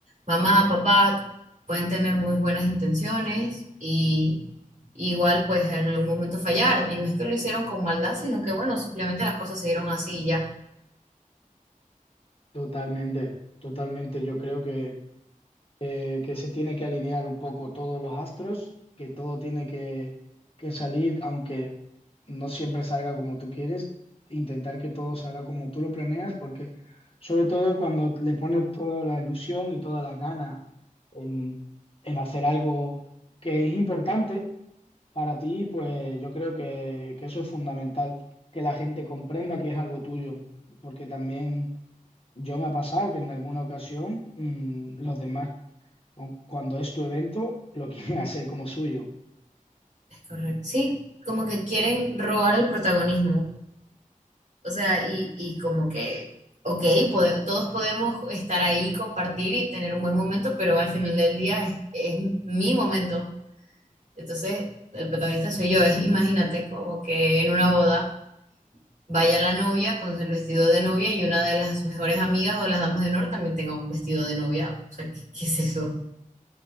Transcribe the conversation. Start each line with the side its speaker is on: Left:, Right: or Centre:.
Right: mamá, papá pueden tener muy buenas intenciones y igual pues en algún momento fallar. Y no es que lo hicieron con maldad, sino que bueno, simplemente las cosas se dieron así y ya.
Left: Totalmente, totalmente. Yo creo que eh, que se tiene que alinear un poco todos los astros, que todo tiene que, que salir, aunque no siempre salga como tú quieres, intentar que todo salga como tú lo planeas, porque sobre todo cuando le pones toda la ilusión y toda la gana en, en hacer algo que es importante para ti, pues yo creo que, que eso es fundamental, que la gente comprenda que es algo tuyo, porque también yo me ha pasado que en alguna ocasión mm, los demás, cu- cuando es tu evento, lo quieren <laughs> hacer como suyo.
Right: Es correcto. Sí, como que quieren robar el protagonismo. O sea, y, y como que, ok, pode- todos podemos estar ahí, compartir y tener un buen momento, pero al final del día es, es mi momento. Entonces, el protagonista soy yo. Es, imagínate como que en una boda vaya la novia con el vestido de novia y una de las mejores amigas o las damas de honor también tenga un vestido de novia. O sea, ¿qué, qué es eso?